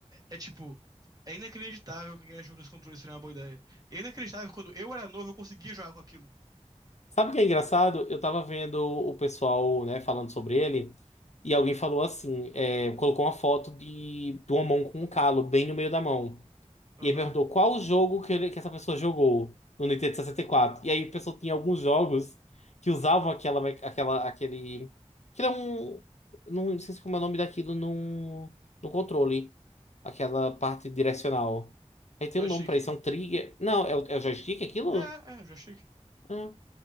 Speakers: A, on the right; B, on the left.
A: É tipo. É inacreditável que quem achou que esse controle seria uma boa ideia. E é inacreditável que quando eu era novo eu conseguia jogar com aquilo.
B: Sabe o que é engraçado? Eu tava vendo o pessoal, né, falando sobre ele, e alguém falou assim, é, colocou uma foto de, de uma mão com um calo bem no meio da mão.
A: Aham.
B: E aí perguntou qual o jogo que, ele- que essa pessoa jogou no Nintendo 64. E quatro. E aí a pessoa tinha alguns jogos que usavam aquela, me- aquela, aquele. Que era um. Não sei se como é o nome daquilo no, no controle. Aquela parte direcional. Aí tem
A: Joystick.
B: um nome pra isso, é um trigger. Não, é o, é o joystick aquilo?
A: É, é, joystick.
B: Ah.